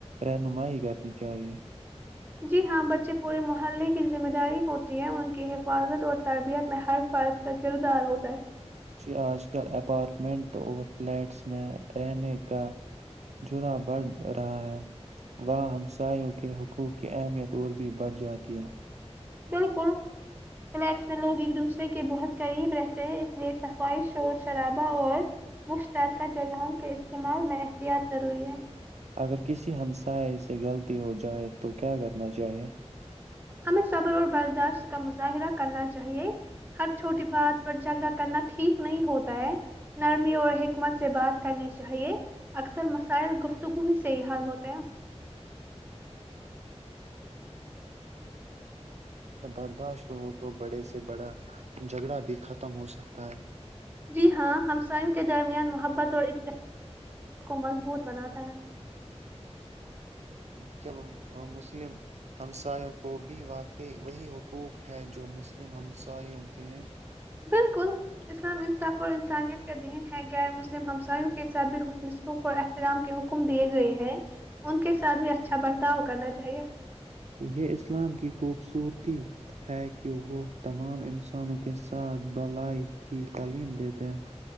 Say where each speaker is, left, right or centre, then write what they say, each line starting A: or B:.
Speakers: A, on the right (about 80°); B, on the right (about 15°).
A: رہنمائی کرنی چاہیے
B: جی ہاں بچے پورے محلے کی ذمہ داری ہوتی ہے ان کے حفاظت اور تربیت میں ہر کفیت کا کردار ہوتا ہے
A: جی آج کل اپارٹمنٹ اور فلیٹس میں رہنے کا جرا بڑھ رہا ہے وہاں ہمساوں کے حقوق کی اہمیت اور بھی بڑھ جاتی ہے
B: بالکل فلیٹس میں لوگ ایک دوسرے کے بہت قریب رہتے ہیں اس لیے صفائی شور شرابہ اور مشترکہ جگہوں کے استعمال میں احتیاط ضروری ہے
A: اگر کسی ہمسائے سے غلطی ہو جائے تو کیا کرنا چاہیے
B: ہمیں صبر اور برداشت کا مظاہرہ کرنا چاہیے ہر چھوٹی بات پر جھگڑا کرنا ٹھیک نہیں ہوتا ہے نرمی اور حکمت سے بات کرنی چاہیے اکثر مسائل گفتگو ہی سے ہی حل ہوتے ہیں
A: برداشت ہو تو بڑے سے بڑا جھگڑا بھی ختم ہو سکتا ہے
B: جی ہاں ہمسایوں کے درمیان محبت اور اتاد کو مضبوط بناتا ہے
A: ک مسلم ہمسایوں کو بھی واقعی وہی حقوق ہے جو مسلم ہمسایوں کے
B: بالکل اسلام انصاف اور انسانیت کا دین غیر مسلم ہمساوں کے ساتھ بھی خشنصوک اور احترام کے اوپر حم دیے گئے ہیں ان کے ساتھ بھی اچھا برتاؤ کرنا چاہیے
A: یہ اسلام کی خوبصورتی ہے کہ وہ تمام انسانوں کے ساتھ بلائی کی تعلیم دیتے